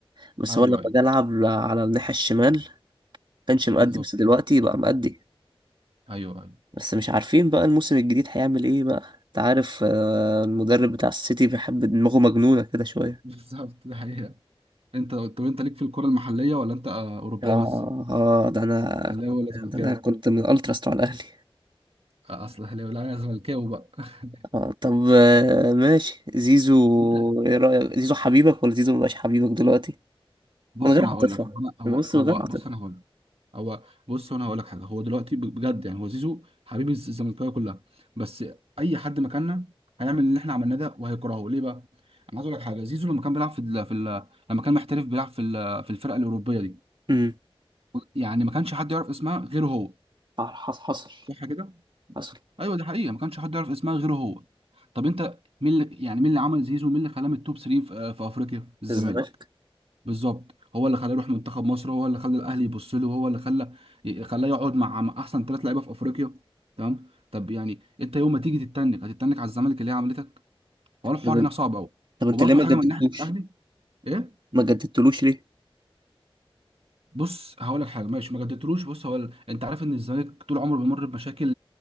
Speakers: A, on the right; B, on the right.
A: بس
B: ايوه
A: هو لما
B: ايوه
A: جه لعب على الناحية الشمال كانش مأدي
B: بالظبط
A: بس دلوقتي بقى مأدي
B: ايوه ايوه
A: بس مش عارفين بقى الموسم الجديد هيعمل ايه بقى انت عارف آه، المدرب بتاع السيتي بيحب دماغه مجنونة كده شوية
B: بالظبط دي حقيقة انت طب انت ليك في الكرة المحلية ولا انت آه، اوروبية
A: اه
B: بس؟
A: اه ده انا
B: اهلاوي ولا زملكاوي؟
A: ده انا كنت من الالتراس بتاع الاهلي
B: آه، اصل اهلاوي لا انا زملكاوي بقى <laughs>
A: آه طب آه ماشي زيزو
B: انت
A: ايه رأيك زيزو حبيبك ولا زيزو مبقاش حبيبك دلوقتي
B: بص
A: من غير
B: انا
A: عاطفة
B: هقول لك هو انا هو
A: انا بس
B: هو
A: من غير عاطفة
B: بص انا هقول لك هو بص انا هقول لك حاجه هو دلوقتي ب- بجد يعني هو زيزو حبيب الز- الزملكاويه كلها بس اي حد مكاننا هيعمل اللي احنا عملناه ده وهيكرهه ليه بقى؟ انا عايز اقول لك حاجه زيزو لما كان بيلعب في ال... في ال... لما كان محترف بيلعب في ال... في الفرقه الاوروبيه دي
A: امم
B: يعني ما كانش حد يعرف اسمها غيره هو
A: حصل حصل
B: صح كده؟
A: حصل
B: ايوه دي حقيقه ما كانش حد يعرف اسمها غيره هو طب انت مين اللي يعني مين اللي عمل زيزو مين اللي خلاه من التوب 3 في آه، في افريقيا الزمالك
A: الزمالك
B: بالظبط هو اللي خلاه يروح منتخب مصر هو اللي خلى الاهلي يبص له هو اللي خلى خلاه يقعد مع مع احسن ثلاث لعيبه في افريقيا تمام طب يعني انت يوم ما تيجي تتنك هتتنك على الزمالك اللي هي عملتك هو الحوار
A: طب
B: هنا صعب قوي
A: طب انت
B: وبرده
A: ليه ما
B: حاجه
A: جددتوش
B: من ناحيه الاهلي ايه
A: ما جددتلوش ليه
B: بص هقول لك حاجه ماشي ما جددتلوش بص هو ال- انت عارف ان الزمالك طول عمره بيمر بمشاكل